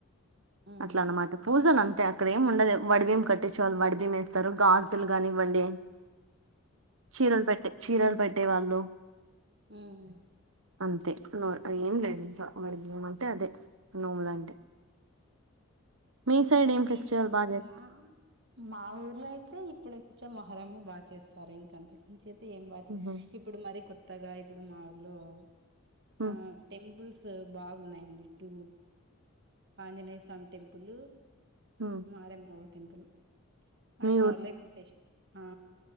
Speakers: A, on the right; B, on the right.
A: ఉమ్
B: అట్ల అన్నమాట పూజలు అం తే అక్కడ ఏమి ఉండదు. వడిబియ్యం కట్టించే వాళ్ళు వడిబియ్యం వేస్తరు, గాజులు కానివ్వండి చీరలు పెట్టే చీరలు పెట్టేవాళ్ళు
A: హ్
B: అంతే నూరు అయి ఏం లేదు తెలుసా వోడి బియ్యం అంటే అదే నోములు అంటే. మీ సైడ్ ఏం
A: మీ
B: ఫెస్టివల్ బాగా చేస్తారు
A: మా మా ఊర్లో అయి యితే ఇప్పుడచ్చే మొహరమే బాగా చేస్తారు ఇంక అంతే, నుంచి అయితే ఏం బాగా
B: మ్హూ.
A: ఇప్పుడు మరి కొ త్తగా ఇప్పుడు మా ఊర్లో
B: మ్,
A: ఆ టెంపుల్స్ స్ బాగున్నాయండి ఇటు, ఆంజనేయ స్వామి టెంపులు
B: మ్.
A: మారే మావ టెంపుల్. అది
B: మీ
A: మా ఊర్లో ఇప్పుడు ఫెష్ ఆ